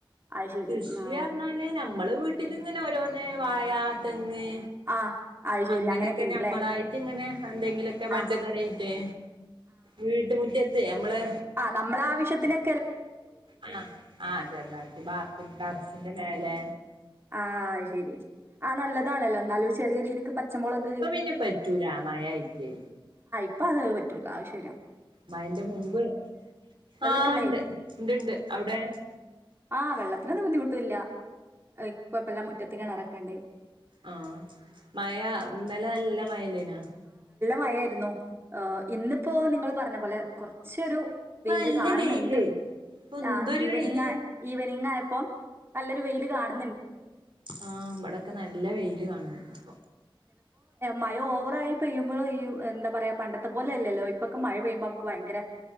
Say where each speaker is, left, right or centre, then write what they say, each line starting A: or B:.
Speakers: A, on the right (about 25°); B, on the right (about 65°).
A: അത് ശരി
B: കൃഷി
A: ആ
B: പറഞ്ഞാല് നമ്മള് വീട്ടിലിങ്ങനെ ഓരോന്ന പിന്നെ വാഴാതെങ്
A: ആഹ് അത് ശെരി
B: അങ്ങനെയൊക്കെ
A: ഇണ്ട്ല്ലേ.
B: നമ്മളായിട്ട് ഇങ്ങനെ എന്തെങ്കിലൊക്കെ പച്ചക്കറിായിക്കെ
A: ആഹ്
B: വീട്ട മുറ്റത്തെ നമ്മള്
A: ആ നമ്മളെ ആവശ്യത്തിനോക്കെ
B: ആഹ ആഹ ചെറുതായിട്ട് ഭാർത്തിന്റെ ഡറസിന്റെ മേലെ
A: ആ അത് ശെരി ആ നല്ലതാണല്ലോ ഒന്നാലോയ്ച്ച ചെറിയ രീതിക്ക് പച്ചമുളക്
B: ഇപ്പൊ പിന്നെ പറ്റൂല മഴയായിട്ട്
A: ഇപ്പൊ അത് പറ്റൂല അശ്
B: മയന്റെ മുമ്പ്
A: വെള്ളക്കെള്ള
B: ആ ഇണ്ട്
A: ഏരി
B: ഇണ്ട് ണ്ട് അവടെ
A: ആ വെള്ളത്തിനൊന്നും ബുദ്ധിമുട്ടില്ല ഏയ് കൊയ്പല്ല മുറ്റത്ത്‌ കെണറ് കണ്ടേ
B: ആ മയ ഇന്നലെ നല്ല മയല്ലേന്നോ
A: മയേര്ന്നു ഏ ഇന്നിപ്പോ നിങ്ങള് പറഞ്ഞ പോലെ കുറച്ചൊരു
B: ഇപ്പ
A: വെയില്
B: നല്ല
A: കാണ്ന്ന്ണ്ട്
B: വെയില് ഇപ്പൊ എന്തൊരു
A: ആ ഈവെനിംഗ്
B: വെയില്
A: ആയ ഈവെനിംഗ് ആയ ഇപ്പം നല്ലൊരു വെയില് കാണും
B: ആ ഇബടൊക്കെ നല്ല വെയില് വന്നുക്ണ്പ്പൊ
A: മയ ഓവറായി പെയ്യുമ്പൊളും ഈ എന്താ പറയാ പണ്ടത്തെ പോലെ അല്ലല്ലോ ഇപ്പൊക്കെ മയ പെയ്യുമ്പോ നമുക്ക് ഭയങ്കര